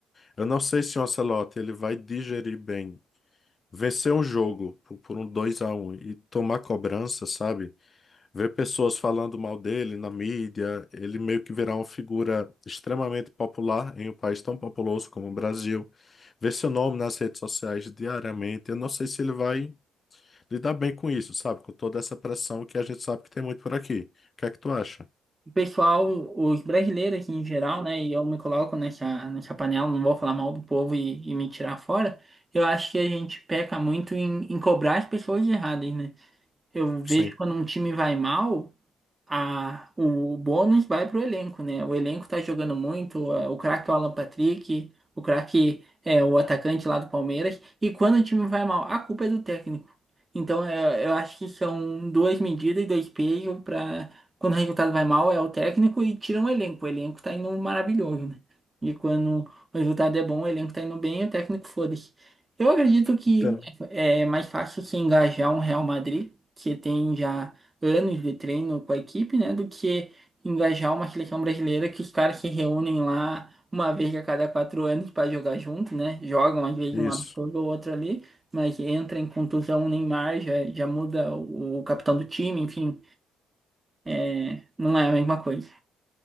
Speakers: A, on the left; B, on the right.
A: Eu não sei se o Ancelotti ele vai digerir bem vencer um jogo por, por um 2 a um e tomar cobrança, sabe? Ver pessoas falando mal dele na mídia, ele meio que virar uma figura extremamente popular em um país tão populoso como o Brasil. Ver seu nome nas redes sociais diariamente, eu não sei se ele vai lidar bem com isso, sabe? Com toda essa pressão que a gente sabe que tem muito por aqui. O que é que tu acha?
B: O pessoal, os brasileiros assim, em geral, né? E eu me coloco nessa, nessa panela, não vou falar mal do povo e, e me tirar fora. Eu acho que a gente peca muito em, em cobrar as pessoas erradas, né? Eu vejo
A: Sim,
B: quando um time vai mal. a, o bônus vai pro elenco, né? O elenco tá jogando muito, a- o craque é o Alan Patrick, o craque é o atacante lá do Palmeiras, e quando o time vai mal, a culpa é do técnico. Então eu, eu acho que são duas medidas e dois pesos para quando o resultado vai mal é o técnico e tira o elenco. O elenco tá indo maravilhoso, né? E quando o resultado é bom, o elenco tá indo bem, o técnico foda-se. Eu acredito que
A: entendo.
B: é é mais fácil se engajar um Real Madrid, que tem já anos de treino com a equipe, né? Do que engajar uma seleção brasileira que os caras se reúnem lá uma vez a cada quatro anos para jogar junto, né? Jogam às vezes
A: Isso.
B: um absurdo ou outro ali, mas entra em contusão o Neymar, já, já muda o, o capitão do time, enfim, é, não é a mesma coisa.